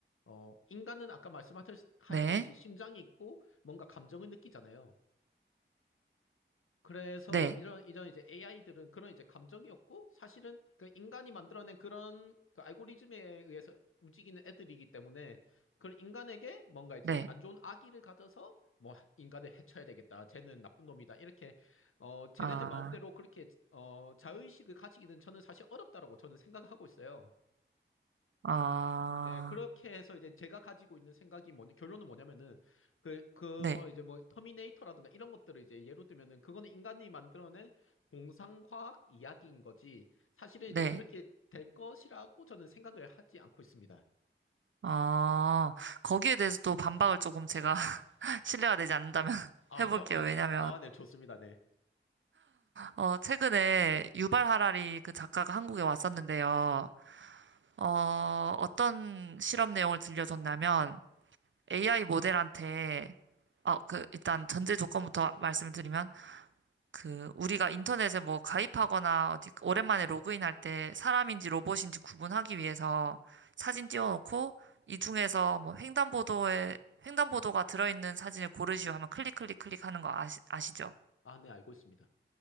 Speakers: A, on the left; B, on the right.
A: 어, 인간은 아까 말씀하셨듯이
B: 네,
A: 심장이 있고, 뭔가 감정을 느끼잖아요. 그래서
B: 네,
A: 이런 이런 이제 AI들은 그런 이제 감정이었고 사실은 그 인간이 만들어낸 그런 그 알고리즘에 의해서 움직이는 애들이기 때문에 그런 인간에게 뭔가 이제
B: 네.
A: 안 좋은 악의를 가져서 뭐 인간을 해쳐야 되겠다. 쟤는 나쁜 놈이다. 이렇게 어 쟤네들
B: 아,
A: 마음대로 그렇게 어 자의식을 가지기는 저는 사실 어렵다라고 저는 생각하고 있어요.
B: 아,
A: 네, 그렇게 해서 이제 제가 가지고 있는 생각이 뭐냐, 결론은 뭐냐면은, 그, 그,
B: 네,
A: 뭐, 이제 뭐, 터미네이터라든가 이런 것들을 이제 예로 들면은, 그거는 인간이 만들어낸 공상과학 이야기인 거지, 사실은
B: 네.
A: 이제 그렇게 될 것이라고 저는 생각을 하지 않고 있습니다.
B: 아, 거기에 대해서 또 반박을 조금 제가 <laughs> 신뢰가 되지 않는다면 <laughs>
A: <laughs> 아,
B: 해볼게요.
A: 아,
B: 왜냐면
A: 아, 네, 좋습니다. 네.
B: 어, 최근에 유발 하라리 그 작가가 한국에 왔었는데요. 어, 어떤 실험 내용을 들려줬냐면 AI 모델한테 어, 그 일단 전제 조건부터 말씀을 드리면 그 우리가 인터넷에 뭐 가입하거나 어디 오랜만에 로그인할 때 사람인지 로봇인지 구분하기 위해서 사진 띄워놓고 이 중에서 뭐 횡단보도에 횡단보도가 들어있는 사진을 고르시오 하면 클릭 클릭 클릭 하는 거 아시, 아시죠?
A: 아, 네, 알고 있습니다.